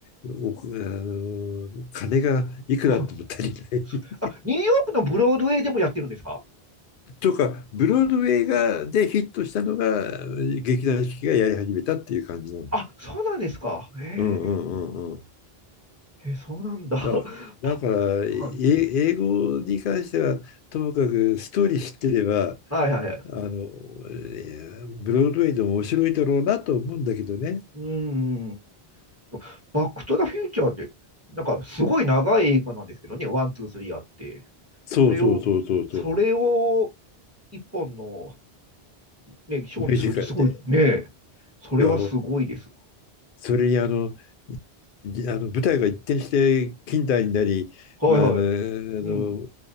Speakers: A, on the left; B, on the right.
A: お、あの、金がいくらあっても足りない。
B: あ、そあニューヨークのブロードウェイでもやってるんですか
A: <laughs> とか、ブロードウェイがでヒットしたのが、劇団四季がやり始めたっていう感じなの。
B: あ、そうなんですか。へえ、
A: うんうんうんうん。
B: へえそうなんだ。
A: だ、
B: <laughs> パックと、
A: だから、え英語に関しては、
B: はい、
A: ともかくストーリー知ってれば、
B: はいはいはい。
A: あの、えーブロードウェイでも面白いだろうなと思うんだけどね。
B: うーん。バックトゥザフューチャーって、なんかすごい長い映画なんですけどね、ワン、ツー、スリーあって、
A: そうそうそうそうそう。
B: それを、それを一本の、ね、ショーにするってすごいね、
A: ミュージカルで。
B: それはすごいです。
A: いや、それにあの、じあの舞台が一転して近代になり、
B: はいはい。
A: まあ、あの、あの
B: うん、